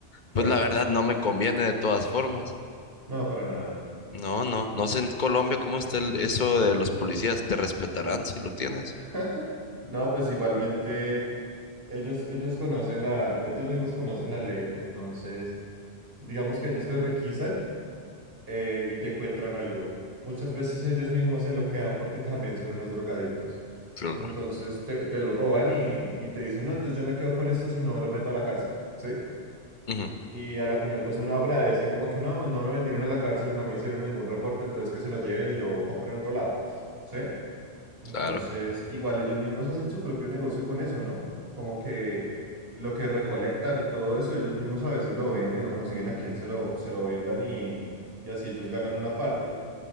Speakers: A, on the right; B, on the left.
A: claro.
B: Pues la verdad no me conviene de todas formas.
A: No, para nada.
B: No, no, no sé en Colombia cómo está el- eso de los policías. Te respetarán si lo tienes.
A: <laughs> No, pues igualmente ellos, ellos conocen la, ellos mismos conocen la ley, entonces digamos que ellos te requisan eh, y te encuentran algo. Muchas veces ellos mismos se lo quedan porque también son unos drogadictos.
B: Claro.
A: Entonces te, te lo roban y, y te dicen, no, entonces yo me quedo con esto si no lo meto a la cárcel, ¿sí?
B: Ujú,
A: Y a la final pues uno agradece como que no, no me metieron a la cárcel o no me hicieron ningún reporte, entonces que se lo lleven y yo compro en otro lado, ¿sí? Entonces,
B: claro.
A: igual ellos mismos hacen su propio negocio con eso, ¿no? Como que lo que recolectan y todo eso, ellos mismos a veces lo venden o consiguen a quien se lo, se lo vendan y, y así ellos ganan una parte.